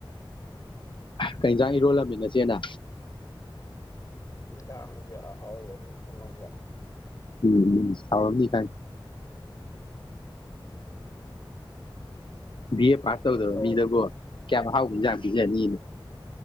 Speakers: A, on the left; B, on the left.
A: ꯀꯩꯏꯟꯖꯥꯡ ꯏꯔꯣꯜꯂꯝꯃꯤꯅꯁꯦꯅ
B: ꯑ‌ꯦꯛꯖꯥꯝꯒꯤ ꯑꯍꯥꯑꯣꯕꯥ ꯑꯃꯥ ꯊ‌ꯣꯡꯉꯥꯕ‌ꯣ
A: ꯎꯝ ꯎꯝ ꯍꯥꯎꯎꯔꯝꯅꯤ ꯆꯥꯛ ꯕꯤ ꯑꯦ ꯄꯥꯁ
B: ꯐꯣꯟꯗꯧ
A: ꯇꯧꯗꯕꯣ ꯃꯤꯗꯕꯨꯣ ꯀꯌꯥꯝ ꯃꯍ ꯍꯥꯎꯈꯤꯖꯥꯡꯒꯤꯖꯅꯤꯅ